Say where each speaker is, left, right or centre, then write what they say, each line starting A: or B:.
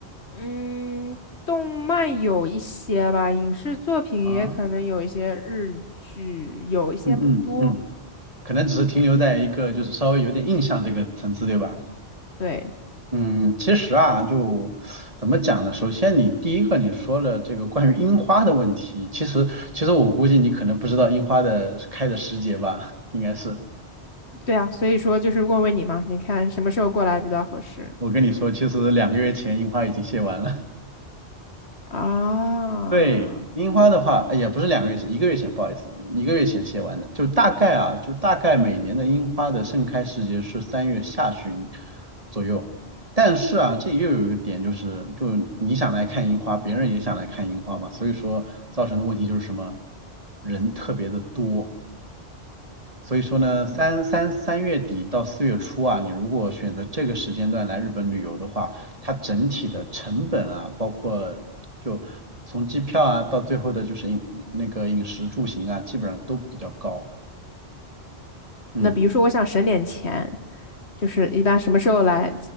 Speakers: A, on the left (about 80°); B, on the right (about 35°).
A: 嗯，动漫有一些吧，影视作品也可能有一些日剧，
B: 啊。
A: 有一些不多。
B: 嗯嗯嗯，可能只是停留在一个就是稍微有点印象这个层次，对吧？
A: 对，
B: 嗯，其实啊，就怎么讲呢？首先你第一个你说了这个关于樱花的问题，其实其实我估计你可能不知道樱花的开的时节吧，应该是。
A: 对啊，所以说就是问问你嘛，你看什么时候过来比较合适
B: 我跟你说，其实两个月前樱花已经谢完了。
A: 啊？
B: 对，樱花的话，呃也不是两个月前，一个月前，不好意思，一个月前写完的。就大概啊，就大概每年的樱花的盛开时节是三月下旬左右。但是啊，这又有一个点就是，就你想来看樱花，别人也想来看樱花嘛，所以说造成的问题就是什么，人特别的多。所以说呢，
A: 嗯，
B: 三三三月底到四月初啊，你如果选择这个时间段来日本旅游的话，它整体的成本啊，包括就从机票啊到最后的就是饮那个饮食住行啊，基本上都比较高。嗯。
A: 那比如说我想省点钱，就是一般什么时候来，